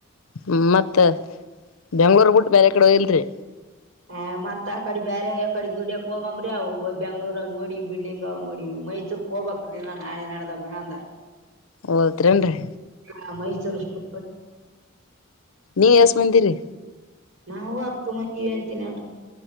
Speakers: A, on the left; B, on the right.
A: ಹ್ಮ ಮತ್ತತ್ ಬೆಂಗ್ಳೂರ್ ಬಿಟ್ಟು ಬೇರೆ ಕಡೆ ಇಲ್ರಿ.
B: ಆ್ ಮತ್ತತ್ ಆ ಕಡೆ ಬೇರೆ ಯಕಡೆ ದುಡ್ಯಕಕ್ ಹೋಗಂಬ್ರಿ ಅವು ಬ ಬೆಂಗ್ಳೂರಾಗ ನೋಡಿ ಬಿಲ್ಡಿಂಗ್ ಆಗ ನೋಡಿ. ಮೈಸೂರ್ ಹೋಗಬೇಕಿನ ನಾಳೆ ನಡ್ದ ಬ ಅಂದರ್
A: ಓದತ್ರೇನ್ರರಿ
B: ಹ ಮೈಸೂರು ಅಷ್ಟು
A: ನೀ ಎಸ್ ಬಂದಿರಿ
B: ನಾವು ಹತ್ತು ಮಂದಿ ಅಂತೀನಿ ಅಲ್ರರಿ